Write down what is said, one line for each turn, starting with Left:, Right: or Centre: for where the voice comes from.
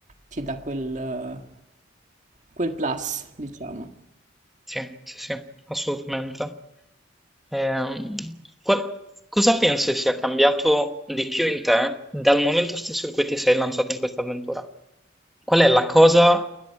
Right: ti dà quel, quel plus, diciamo.
Centre: Sì, sì, sì, assolutamente. Ehm, qual- cosa pensi sia cambiato di più in te dal momento stesso in cui ti sei lanciato in questa avventura? Qual è la cosa,